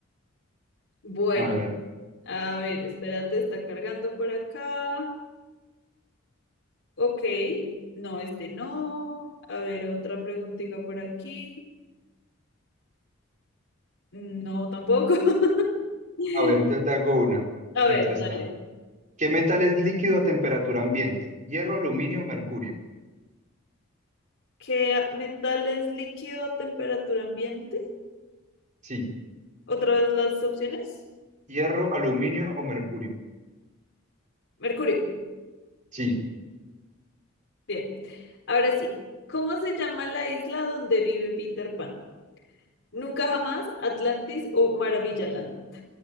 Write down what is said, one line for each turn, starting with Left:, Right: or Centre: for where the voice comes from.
Left: Bueno,
Right: A ver,
Left: a ver, espérate, está cargando por acá. Ok. No, este no. A ver, otra preguntita por aquí. No, tampoco. <laughs>
Right: a ver, te, te hago una.
Left: A
Right: Mientras
Left: ver, dale.
Right: tanto, ¿qué metal es líquido a temperatura ambiente? ¿Hierro, aluminio o mercurio?
Left: ¿Qué metal es líquido a temperatura ambiente?
Right: Sí.
Left: Otra vez las opciones.
Right: ¿Hierro, aluminio o mercurio?
Left: Mercurio.
Right: Sí.
Left: Bien. Ahora sí. ¿Cómo se llama la isla donde vive Peter Pan? Nunca jamás, Atlantis o Maravillaland.